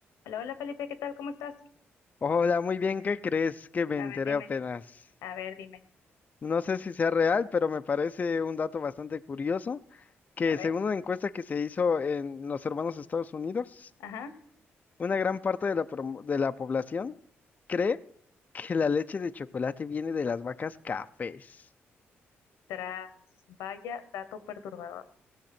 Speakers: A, on the left; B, on the left.
A: Hola, hola Felipe, ¿qué tal? ¿Cómo estás?
B: Hola, muy bien, ¿qué crees que me enteré
A: A ver, dime,
B: apenas?
A: a ver, dime,
B: No sé si sea real, pero me parece un dato bastante curioso que
A: a ver.
B: según una encuesta que se hizo en los hermanos Estados Unidos,
A: Ajá,
B: una gran parte de la, promo- de la población cree que la leche de chocolate viene de las vacas cafés.
A: tras, vaya dato perturbador.